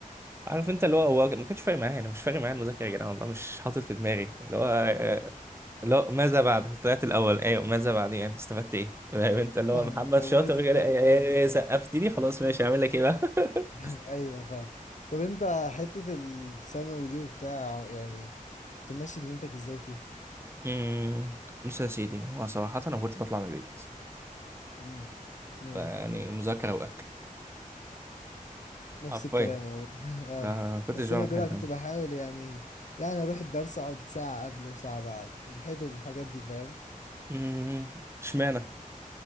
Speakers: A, on the right (about 15°); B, on the left (about 60°).
A: عارف انت اللي هو هو ما كانش فارق معايا انا مش فارق معايا المذاكره يا جدعان والله مش حاطط في دماغي اللي هو آه، لا ماذا بعد طلعت الاول ايوه ماذا بعد يعني استفدت ايه فاهم انت اللي
B: فاهمك
A: هو محمد
B: والله
A: شاطر
B: صدقني
A: كده إيه،
B: فاهمك
A: إيه، إيه،
B: أوي
A: سقفت لي خلاص ماشي هعمل لك ايه بقى <laughs>
B: <laughs> أيوه فاهم طب أنت حتة الثانوي دي وبتاع يعني كنت ماشي دنيتك إزاي فيها؟
A: أمم، بص يا سيدي هو صراحة أنا ما كنتش بطلع من البيت
B: امم ايوه
A: يعني مذاكرة وأكل
B: نفس
A: حرفيا
B: الكلام والله <laughs> اه
A: ما كنتش
B: بس
A: بعمل
B: انا كده
A: حاجة
B: كنت
A: تانية
B: بحاول يعني يعني اروح الدرس اقعد ساعة قبل وساعة بعد الحتة الحاجات دي فاهم
A: أمم، اشمعنى